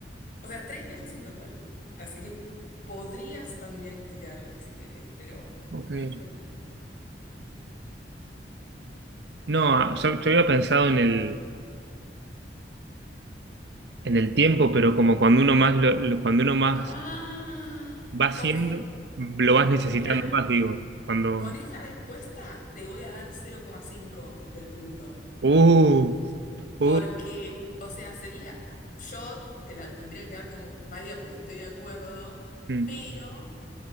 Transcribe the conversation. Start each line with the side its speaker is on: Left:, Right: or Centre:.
Left: o sea, tres veces en total. Así que podrías también tirar si querés, pero
Right: Ok.
Left: yo preguntaría.
Right: No, ah, yo, yo había pensado en el en el tiempo, pero como cuando uno más lo, lo- cuando uno más
Left: Ah,
Right: va haciendo,
Left: ok.
Right: lo vas necesitando
Left: Mira,
Right: más, digo. Cuando.
Left: con esa respuesta te voy a dar cero coma cinco del punto,
Right: Uh,
Left: porque,
Right: uh,
Left: o sea, sería, yo te la tendría que dar como válida porque estoy de acuerdo,
Right: mm,
Left: pero